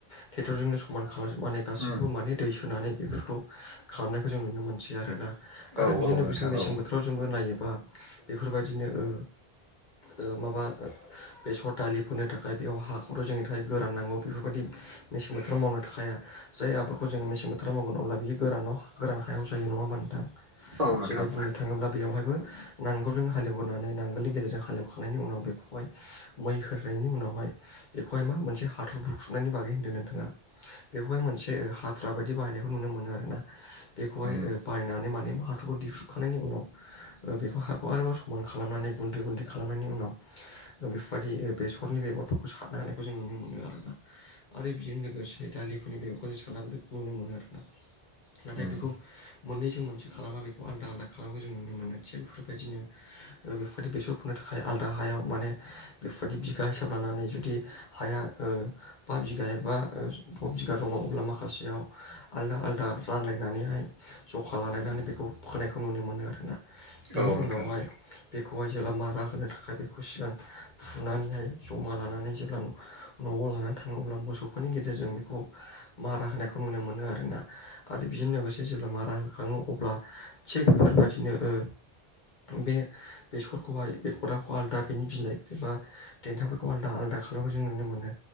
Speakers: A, on the left (about 50°); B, on the right (about 40°).
A: ट्रेक्टरजोंनो समान खालाम जोबनानै गासैखौबो
B: उम
A: माने दै सोनानै बेफोरखौ खालामनायखौ जों नुनो मोनसै आरोना
B: औ
A: आरो बेजों
B: औ
A: लोगोसे
B: नोंथां
A: मेसें
B: औ
A: बोथोराव जोंबो नायोबा बेफोरबायदिनो ओ ओ माबा बेसर दालिफोरो थाखाय बेयाव हाखौथ' जोंनि थाखाय गोरान नांगौ बे बेफोरबायदि मेसें बोथोराव मावनो थाखाया। जाय आबादखौ जोङ मेसें बोथोर बोथार मावगोन अब्ला बियो गोरानाव गोरान हायाव जायो नङा होमबा नोंथां
B: औ नोंथां
A: जै बुंनो थाङोब्ला बेवहायबो नांगोलजों हालेव होनानै नांगोलनि गेजेरजों हालेवखांनायनि उनाव बेखौहाय मै होखांनायनि उनावहाय बेखौहाय मा मोनसे हाथर बुख्रुबनायनि बागै होनदों नोंथाङा बेखौहाय मोनसे हाथुरा बायदि बाहायनायखौ नुनो मोनो आरोना बेखौहाय
B: उम
A: बाहायनानै माने हाथरखौ दिख्रुबखांनायनि उनाव बेखौ हाखौ आरोबाव समान खालामनानै गुन्दै गुन्दै खालामनायनि उनाव बेफोरबायदि बेसरनि बेगरफोरखौ सारनो होनायखौ जों नुनो मोनो आरोना आरो बेजों लोगोसे दालिफोरनि बेगरखौ जों सारनानै नुनो मोनो आरोना नाथाय
B: उम
A: बेखौ मोननैसो मोनसे खालामा बेखौ आलदा आलदा खालामखौ जों नुनो मोनो थिग बेफोरबायदिनो बेफोरबायदि बेसर बेफोरनो थाखाय आलादा हायाव माने बेफोरबायदि बिगा हिसाब लानानै जुदि हाया ओ बा बिगा एबा द' बिगा दङ अब्ला माखासेयाव आलदा आलादा रानलायनानैहाय जखा लालायनानै बेखौ फोनायखौ नुनो मोनो आरोना बिनि
B: औ नोंथां
A: उनावहाय खौहाय जेब्ला मारा होनो थाखाय बेखौ सिगां फुनानैहाय जमा लानानै जेब्ला न'आव लानानै थाङोब्ला मोसौफोरनि गेजेरजों बेखौ मारा होनायखौ नुनो मोनो आरोना आरो बेजों लोगोसे जेब्ला मारा होखाङो अब्ला थिग बेफोरबायदिनो ओ बे बेसरखौहाय बे अराखौ आलदा बेनि बिलाइ एबा देन्थाफोरखौ आलदा आलादा खालामनायखौ जों नुनो मोनो